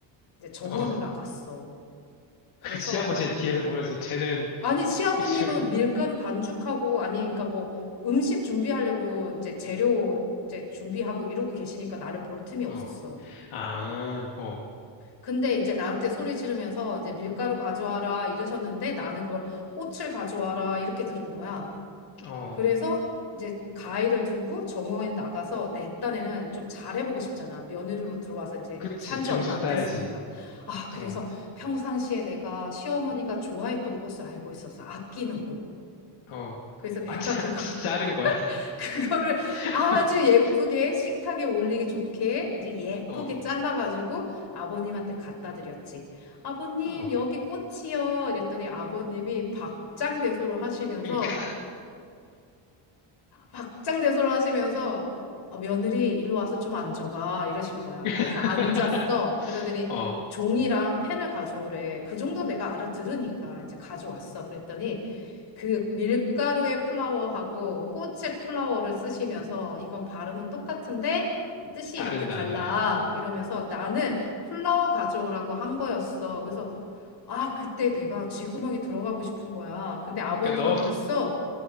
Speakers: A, on the left; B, on the left.
A: 이제 정원을
B: <laughs>
A: 나갔어. 그래서
B: 그 시아버지는 뒤에서 보면서 쟤는
A: 아니 시아버님은
B: 무슨,
A: 밀가루 반죽하고 아니 그러니까 뭐 음식 준비하려고 이제 재료 이제 준비하고 이러고 계시니까 나를 볼 틈이 없었어.
B: 어, 아, 어,
A: 근데 이제 나한테 소리 지르면서 이제 밀가루 가져와라 이러셨는데 나는 그걸 꽃을 가져와라 이렇게 들은 거야.
B: 어,
A: 그래서 이제 가위를 들고 정원에 나가서 내 딴에는 좀 잘해보고 싶잖아. 며느리로 들어와서 이제
B: 그치.
A: 산지
B: 점수
A: 얼마 안
B: 따야지.
A: 됐으니까. 아, 그래서
B: 어,
A: 평상시에 내가 시어머니가 좋아했던 꽃을 알고 있어서 아끼는 꽃.
B: 어.
A: 그래서 내가
B: 아, 짜,
A: 그거,
B: 짜- 자른 거야?
A: <laughs> 그거를
B: <laughs>
A: 아주 예쁘게 식탁에 올리기 좋게 이제 예쁘게
B: 어,
A: 잘라가지고 아버님한테 갖다 드렸지. 아버님,
B: 어.
A: 여기 꽃이요. 이랬더니 아버님이 박장대소를 하시면서
B: 그러니까.
A: 박장대소를 하시면서 어, 며느리 일로 와서 좀 앉아봐 이러신 거야.
B: <laughs>
A: 그래서 앉았어. 그러더니
B: 어,
A: 종이랑 펜을 가져오래. 그 정도 내가 알아들으니까 이제 가져왔어. 그랬더니 그 밀가루의 플라워하고 꽃의 플라워를 쓰시면서 이건 발음은 똑같은데 이 뜻이
B: 다른
A: 이렇게 달라
B: 단어야.
A: 이러면서 나는 플라워 가져오라고 한 거였어. 그래서 아, 그때 내가 쥐구멍에 들어가고 싶은 거야. 근데 아버님은
B: 그러니까 너,
A: 벌써